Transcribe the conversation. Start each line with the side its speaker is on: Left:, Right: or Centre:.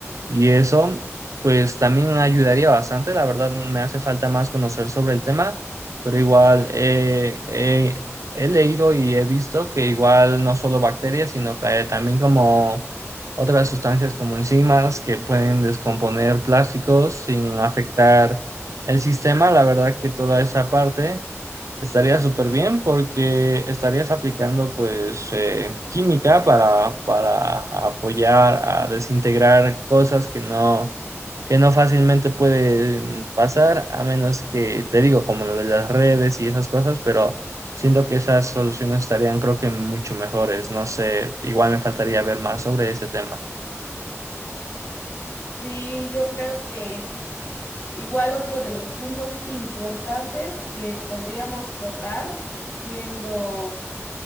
Right: y eso, pues también ayudaría bastante. La verdad me hace falta más conocer sobre el tema, pero igual... eh, eh, he leído y he visto que igual no solo bacterias, sino que eh, también como otras sustancias como enzimas que pueden descomponer plásticos sin afectar el sistema. La verdad que toda esa parte estaría súper bien porque estarías aplicando pues eh, química para, para apoyar a desintegrar cosas que no que no fácilmente pueden pasar, a menos que, te digo, como lo de las redes y esas cosas, pero siento que esas soluciones estarían, creo que, mucho mejores. No sé, igual me faltaría ver más sobre ese tema.
Left: Sí, yo creo que igual otro de los puntos importantes que podríamos tocar siendo